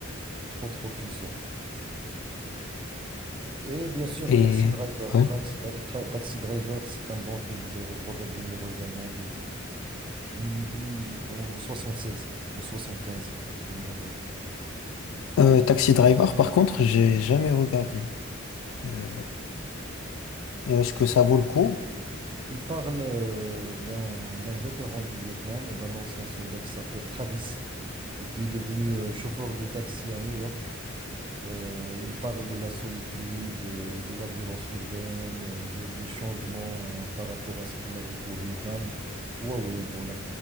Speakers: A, on the right; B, on the left.
A: trop, trop puissants. Et bien sûr,
B: Et
A: Taxi Driver.
B: ouais.
A: Trax- Tra- Tra- Taxi Driver, c'est un bon film de Ro- Robert De Niro également, de, en, mille- mille- en 76 ou 75, si je me rappelle.
B: Euh, Taxi Driver, par contre, j'ai jamais regardé. Euh, est-ce que ça vaut le coup?
A: Il parle euh, d'un d'un vétéran du Vietnam, et d'un ancien soldat qui s'appelle Travis, et qui est devenu euh, chauffeur de taxi à New York. Euh, il parle de la solitude, euh, de la violence urbaine, euh, des des changements euh, par rapport à ce qu'il a vécu au Vietnam. Ouais, ouais, il vaut la-